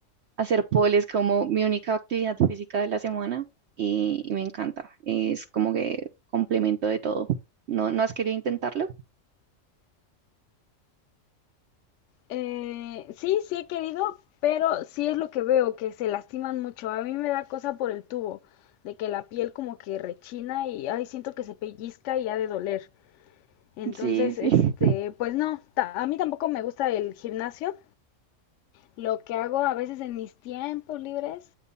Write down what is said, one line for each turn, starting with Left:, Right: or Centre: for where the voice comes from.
Right: Hacer pole es como mi única actividad física de la semana y, y me encanta. Es como que complemento de todo. ¿No, no has querido intentarlo?
Left: Eh, sí, sí he querido, pero sí es lo que veo, que se lastiman mucho. A mí me da cosa por el tubo, de que la piel como que rechina y ay, siento que se pellizca y ha de doler. Entonces,
Right: Sí, sí.
Left: este,
Right: <laughs>
Left: pues no, ta- a mí tampoco me gusta el gimnasio. Lo que hago a veces en mis tiempos libres